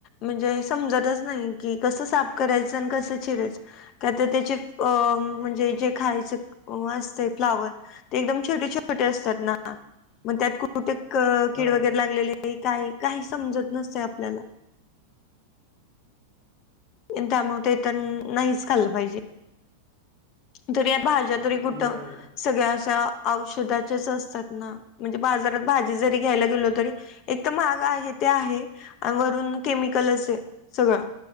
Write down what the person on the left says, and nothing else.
म्हणजे समजतच नाही की कसं साफ करायचं, अन कसं चिरायचं का तर त्याचे अह म्हणजे जे खायच अह असतयं फ्लावर ते एकदम छोटे छोटे असतात. ना मग त्यात कुठ क कीड
वगैरे
लागलेली काय काही समजत नसतयं आपल्याला त्यामुळे ते तर नाहीच खाल्लं पाहिजे तरी या भाज्या तरी
कुठं
सगळ्या अशा औषधाच्याच असतात ना म्हणजे बाजारात भाजी जरी घ्यायला गेलो तरी एक तर महाग आहे ते आहे अह वरून केमिकलच सगळं